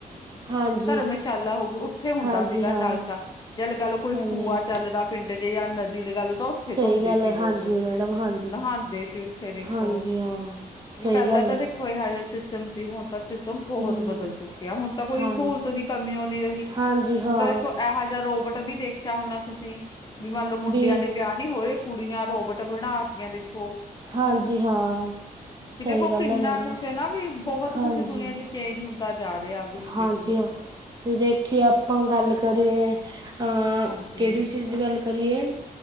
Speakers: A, on the right (about 30°); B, on the left (about 25°).
A: ਹਾਂਜੀ
B: ਧਰਮਸ਼ਾਲਾ ਹੋ ਗਈ ਉੱਥੇ ਹੁੰਦਾ
A: ਹਾਂਜੀ
B: ਸੀਗਾ
A: ਹਾਂ
B: ਨਲਕਾ ਜਾ ਲਗਾ ਲਓ ਕੋਈ
A: ਹਾਂਜੀ
B: ਸੂਆ
A: ਹਾਂ
B: ਚੱਲਦਾ ਪਿੰਡ ਜੇ ਜਾਂ ਨਦੀ ਲਗਾ ਲਓ ਤੋ ਉੱਥੇ
A: ਸਹੀ
B: ਧੋਂਦੇ
A: ਗੱਲ
B: ਸੀ
A: ਹੈ
B: ਲੋਕ,
A: ਹਾਂਜੀ ਮੈਡਮ ਹਾਂਜੀ
B: ਨਹਾਂਦੇ ਸੀ ਉੱਥੇ ਦੇਖੋ
A: ਹਾਂਜੀ ਹਾਂ
B: ਵੀ
A: ਸਹੀ
B: ਪਹਿਲਾਂ
A: ਗੱਲ
B: ਤਾਂ
A: ਹੈ
B: ਦੇਖੋ ਇਹੋ ਜਿਹਾ ਸਿਸਟਮ ਸੀ, ਹੁਨ ਤਾਂ ਸਿਸਟਮ ਬਹੁਤ
A: ਹੂੰ
B: ਬਦਲ ਚੁੱਕਿਆ ਹੁਣ ਤਾਂ ਕੋਈ
A: ਹਾਂ
B: ਸਹੂਲਤ ਦੀ ਕਮੀ ਉਹ ਨਹੀਂ ਰਹੀ,
A: ਹਾਂਜੀ ਹਾਂ
B: ਹੁਣ ਤਾਂ ਦੇਖੋ ਐ ਏਹੋ ਜਾ ਰੋਬਟ ਵੀ ਦੇਖਿਆ ਹੋਣਾ ਤੁਸੀਂ ਵੀ ਮੰਨ ਲਓ ਮੁੰਡਿਆਂ
A: ਵੀ
B: ਦੇ ਵਿਯਾ ਹੋਰੇ ਕੁੜੀਆਂ ਰੋਬਟ ਬਣਾ ਤੀਆਂ ਦੇਖੋ।
A: ਹਾਂਜੀ ਹਾਂ
B: ਵੀ
A: ਸਹੀ
B: ਦੇਖੋ,
A: ਗੱਲ
B: ਕਿੰਨਾ
A: ਹੈ ਮੈਡਮ
B: ਕੁਛ ਹੈਨਾ ਵੀ ਬਹੋਤ
A: ਹਾਂਜੀ
B: ਬਹੁ ਕੁੱਛ ਦੁਨੀਆਂ ਚ ਚੇਂਜ ਹੁੰਦਾ ਜਾ ਰੇਆ ਵੀ। ਦੇਖਲੋ
A: ਹਾਂਜੀ ਹਾਂ ਤੇ ਦੇਖੀਏ ਆਪਾਂ ਗੱਲ ਕਰੀਏ ਹਾਂ,
B: ਹਾਂਜੀ
A: ਕੇੜੀ ਚੀਜ਼ ਦੀ ਗੱਲ ਕਰੀਏ,